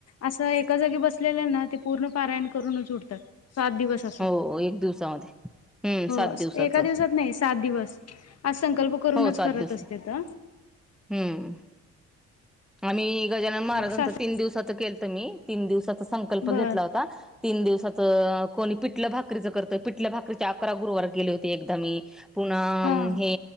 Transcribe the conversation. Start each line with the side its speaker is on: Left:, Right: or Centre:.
Left: असं एका जागी बस असलेल्यांना ते पूर्ण पारायण करूनच उडतात सात दिवस असा
Centre: हो एक दिवसामध्ये हम्म
Left: हो
Centre: सात दिवसाचं
Left: एका दिवसात नाही सात दिवस आज संकल्प करूनच
Centre: हो सात
Left: करत
Centre: दिवस
Left: असते तर
Centre: हम्म आम्ही गजानन महाराजांच
Left: मग सात
Centre: तीन दिवसाच केलत मी तीन दिवसाचा संकल्प
Left: बर
Centre: घेतला होता तीन दिवसाचं कोणी पिटल भाकरीच करतंय पिटल्या भाकरीच्या अकरा गुरुवार गेले होते एकदा मी पुन्हा
Left: हा
Centre: हे